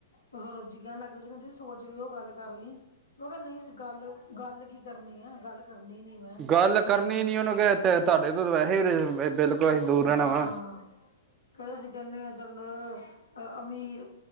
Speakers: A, on the left (about 80°); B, on the right (about 25°).
A: ਮਹਾਂ ਰੋਜ਼ੀ ਕਹਿਣ ਲੱਗ ਰਈ ਕੈਂਦੀ ਸੋਚ ਲਿਓ ਗੱਲ ਕਰ ਲੀ। ਓ ਕਿਆ ਨਈ ਸੀ ਗੱਲ, ਗੱਲ ਕੀ ਕਰਨੀ ਆ ਗੱਲ ਕਰਨੀ ਨੀ ਮੈਂ,
B: ਗੱਲ
A: ਮੈਂ
B: ਕਰਨੀ
A: ਕਾ,
B: ਨੀ ਉਹਨੂੰ ਕਿ ਤੁਹਾਡੇ ਤੋਂ ਵੈਸੇ ਵੀ ਬਿਲਕੁਲ ਅਸੀਂ ਦੂਰ
A: ਹਾਂ
B: ਰਹਿਣਾ ਵਾ
A: ਕੈਂਦੇ ਅਸੀਂ ਕਹਿੰਨੇ ਆਂ ਚੱਲ ਅਮੀਰ